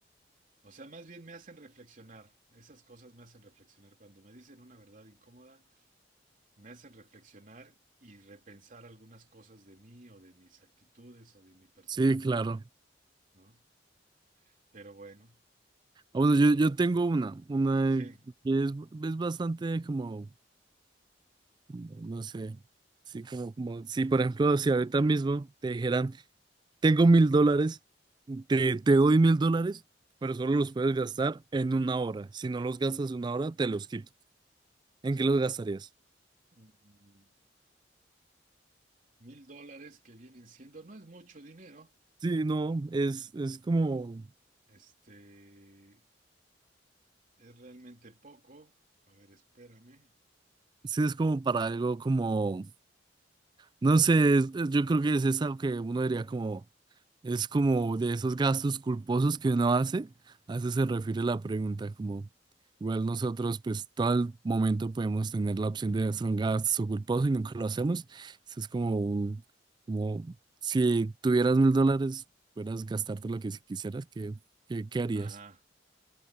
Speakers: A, on the right; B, on the right.
A: o sea, más bien me hacen reflexionar. Esas cosas me hacen reflexionar. Cuando me dicen una verdad incómoda, me hacen reflexionar y repensar algunas cosas de mí o de mis actitudes o de mi personalidad,
B: sí, claro.
A: ¿no? Pero bueno.
B: Ah, Bueno, yo, yo tengo una, una
A: Sí,
B: que es, es bastante como, como, no sé, sí, como, como, sí, por ejemplo, si ahorita mismo te dijeran, Tengo mil dólares, te, te doy mil dólares, pero solo los puedes gastar en una hora. Si no los gastas en una hora, te los quito. ¿En qué los gastarías?
A: mm, mil dólares que vienen siendo, no es mucho dinero,
B: Sí, no, es, es como,
A: este, es realmente poco. A ver, espérame.
B: sí, es como para algo como No sé, es- es- yo creo que es eso que uno diría como, es como de esos gastos culposos que uno hace, a eso se refiere la pregunta, como igual nosotros pues todo el momento podemos tener la opción de hacer un gasto culposo y nunca lo hacemos, eso es como, un- como si tuvieras mil dólares, pudieras gastarte lo que si quisieras, ¿qué, qué, qué harías?
A: Ajá.